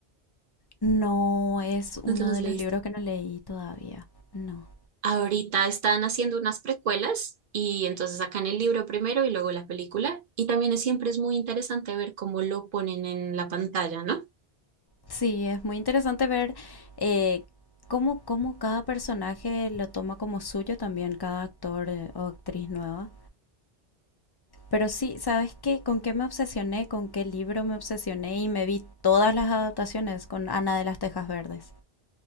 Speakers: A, on the left; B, on the right.
A: no es uno
B: ¿no te los
A: de
B: leíste?
A: los libros que no leí todavía. No.
B: Ahorita están haciendo unas precuelas y entonces sacan el libro primero y luego la película. Y también es- siempre es muy interesante ver cómo lo ponen en la pantalla, ¿no?
A: Sí, es muy interesante ver eh, cómo, cómo cada personaje lo toma como suyo también, cada actor eh, o actriz nueva. Pero sí, ¿sabes qué? ¿Con qué me obsesioné? ¿Con qué libro me obsesioné? Y me vi todas las adaptaciones con Ana de las Tejas Verdes.